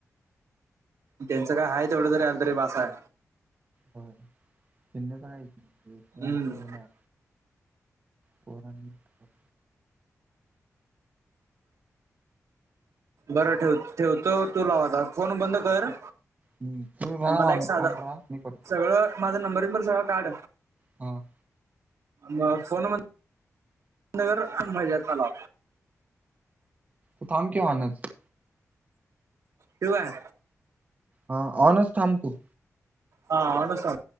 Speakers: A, on the right; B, on the right.
A: त्यांचं काय हाय तेवढं जरी आलं आल तरी बास हाय.
B: हो चिन्हच राहायची, जिंकून
A: हम्म
B: येणार. पोरांनी <unintelligible>
A: बरं ठेव ठेवतो तू लाव आता, फोन बंद कर
B: हं तुम्ही रहा
A: मला एक साधा
B: <unintelligible> मी कट करतो.
A: सगळं माझा नंबर बिंबर सगळा काढ.
B: हां.
A: मग फोन म <unintelligible> नगर <inaudible> तलाव.
B: तु थांबकी ऑनच.
A: ठेऊ काय?
B: हा ऑनच थांब तु.
A: हा ऑनच थांब.